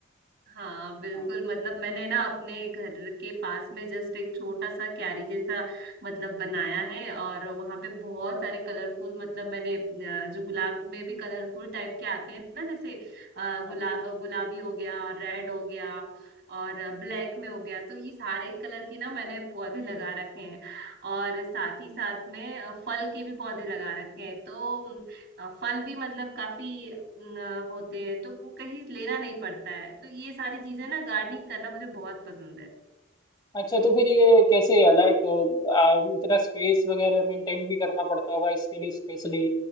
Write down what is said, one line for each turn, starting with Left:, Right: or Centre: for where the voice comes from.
Right: हाँ बिल्कुल
Left: हाँ,
Right: मतलब मैंने ना अपने घर के पास में जस्ट एक छोटा सा क्यारी जैसा मतलब बनाया है और वहां पे बहुत सारे कलरफुल मतलब मैंने अ, जो गुलाब में भी कलरफुल टाइप के आते हैं ना जैसे अ,
Left: हाँ।
Right: गुला गुलाबी हो गया रेड हो गया और ब्लैक में हो गया तो ये सारे कलर की ना मैंने पौधे लगा रखे हैं और साथ ही साथ में अ, फल के भी पौधे लगा रखे हैं तो अ, फल भी मतलब काफी न, होते हैं तो वो कहीं लेना नहीं पड़ता है तो ये सारी चीजें ना गार्डनिंग करना मुझे बहुत पसंद है
Left: अच्छा तो फिर ये कैसे है लाइक इतना स्पेस वगैरह मेंटेन भी करना पड़ता होगा इसके लिए स्पेशली